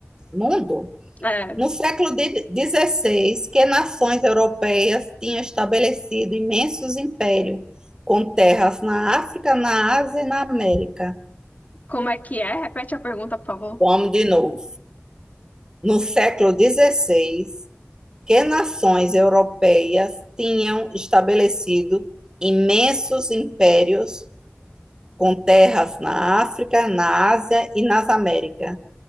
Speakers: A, on the right; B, on the left.
A: Mundo?
B: É.
A: No século dezesseis, que nações europeias tinham estabelecido imensos impérios, com terras na África, na Ásia e na América.
B: Como é que é? Repete a pergunta, por favor.
A: Vamos de novo. No século dezesseis, que nações europeias tinham estabelecido imensos impérios, com terras na África, na Ásia e nas Américas.